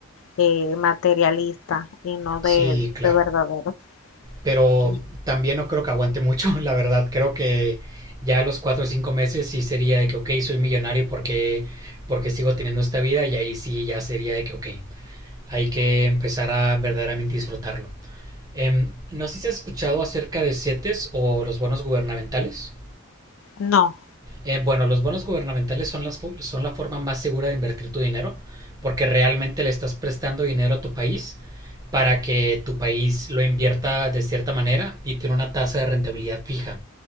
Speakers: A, on the left; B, on the right.
A: eh, materialista y no de,
B: Sí, claro.
A: de verdaderos.
B: Pero
A: Y-
B: también no creo que aguante mucho, <laughs> la verdad. Creo que ya a los cuatro o cinco meses sí sería de que, ok, soy millonario porque, porque sigo teniendo esta vida y ahí sí ya sería de que, ok, hay que empezar a verdaderamente disfrutarlo. Em, no sé si has escuchado acerca de CETES o los bonos gubernamentales.
A: No,
B: Eh, bueno, los bonos gubernamentales son, las, son la forma más segura de invertir tu dinero porque realmente le estás prestando dinero a tu país para que tu país lo invierta de cierta manera y tiene una tasa de rentabilidad fija.